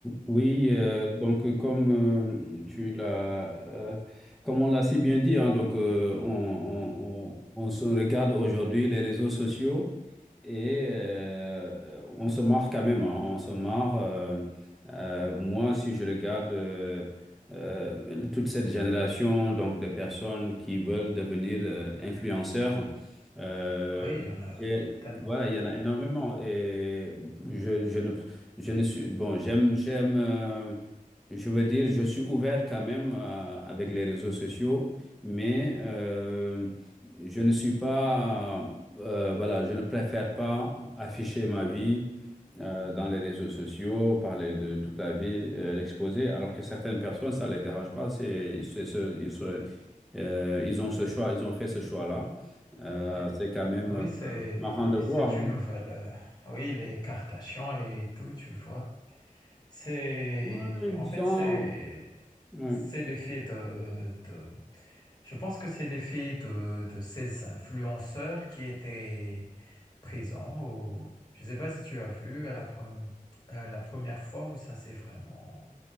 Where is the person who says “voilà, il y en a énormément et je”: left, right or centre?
Centre